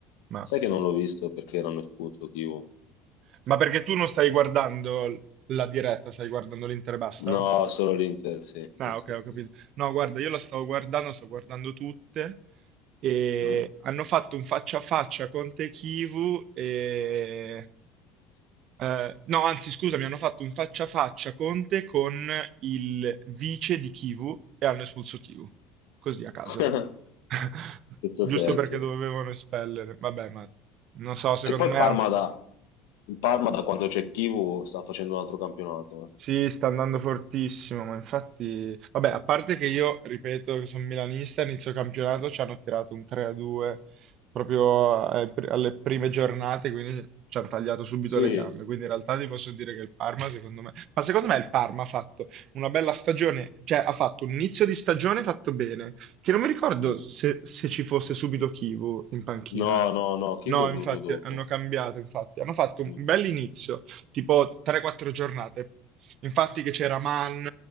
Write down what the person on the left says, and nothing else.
Sai che non l'ho visto perché erano espulso Chivu.
No, solo l'Inter, sì, sì,
sì,
sì.
Mhm.
<laughs>
Senza
senso.
Che poi
il Parma
da, il Parma da quando c'è Chivu sta facendo un altro campionato. eh.
Sì.
Mm.
No, no, no, Chivu
è venuto
dopo.
Mm.